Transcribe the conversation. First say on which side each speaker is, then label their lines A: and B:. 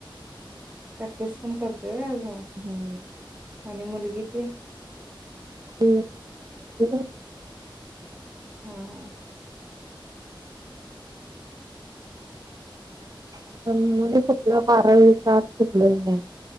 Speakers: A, on the right (about 20°); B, on the right (about 45°).
A: प्रॅक्टिस पण करतोय होय अजुन
B: हम्म
A: आणि मुलगी ती
B: ठीक <unintelligible>
A: हा हा
B: आता मिळूदे कुटलं बारा दिवसात सुटलंय घर